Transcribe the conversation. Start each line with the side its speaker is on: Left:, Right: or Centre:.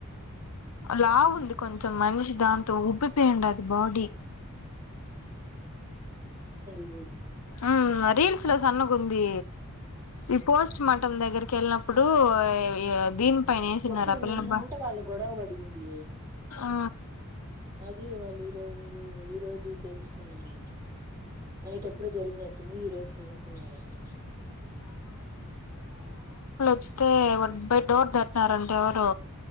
Left: లావు ఉంది కొంచెం మనిషి దాంతో ఉబ్బిపోయండు అది బాడీ
Right: మూడు
Left: అ రీల్స్ లో సన్నగుంది ఈ పోస్ట్ మ మటమ్ దగ్గరికి వెళ్ళినప్పుడు ఏ దీనిపైన వేసినారు
Right: ఎప్పుడు
Left: ఆ పిల్లను
Right: నిన్న
Left: అబ్బా
Right: అంటే వాళ్ళు గొడవ పడింది
Left: ఆ
Right: అది వాళ్ళు ఈరోజు ఈరోజు తెలుసుకున్నారంట నైట్ ఎప్పుడో జరిగినట్టుంది ఈ రోజు కనుక్కున్నారంట
Left: అయితే వాళ్ళు బోయి డోర్ తట్టినారంటే ఎవరు